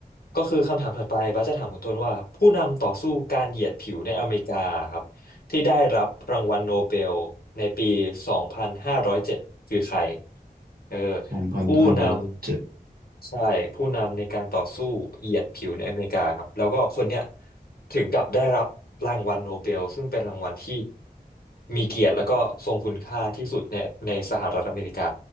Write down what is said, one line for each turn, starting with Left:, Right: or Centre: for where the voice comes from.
Left: ก็คือคำถามถัดไปบัสจะถามคุณต้นว่าผู้นำต่อสู้การเหยียดผิวในอเมริกาครับที่ได้รับรางวัลโนเบลในปีสองพันห้าร้อยเจ็ดคือใครเออ
Right: สองพันห้าร้อยเจ็ด
Left: ผู้นำใช่ผู้นำในการต่อสู้เหยียดผิวในอเมริกาครับแล้วก็คนเนี้ยถึงกับได้รับรางวัลโนเบลซึ่งเป็นรางวัลที่มีเกียรติแล้วก็ทรงคุณค่าที่สุดในในสหรัฐอเมริกา